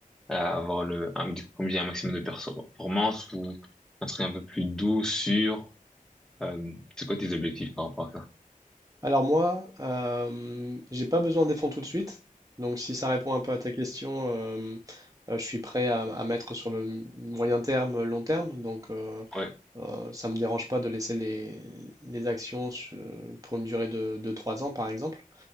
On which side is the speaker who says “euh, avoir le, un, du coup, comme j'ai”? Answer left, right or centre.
Centre